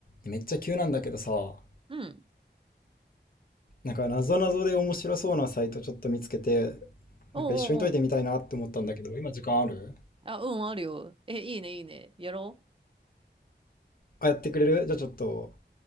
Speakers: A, on the left; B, on the right.
A: めっちゃ急なんだけどさ、
B: うん。
A: なんかなぞなぞで面白そうなサイトちょっと見つけて、
B: おうおうおう。
A: なんか一緒に解いてみたいなって思ったんだけど、今時間ある
B: あ、うん、あるよ。え、いいね、いいね。やろう。
A: あ、やってくれるじゃあちょっと、